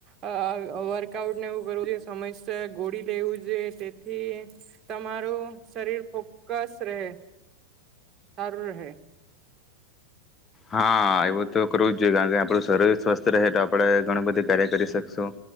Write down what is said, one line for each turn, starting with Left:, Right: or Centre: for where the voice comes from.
Right: અ અ વર્કઆઉટને એવું કરવું જોઈએ, સમયસર ગોળી લેવું જોઈએ, તેથી તમારું શરીર ફોક્કસ રહે. સારું રહે.
Left: હા એવું તો કરવું જ જોઈએ, કારણ કે આપણું શરીર સ્વસ્થ રહે તો આપડે ઘણું બધી કાર્ય કરી શકશું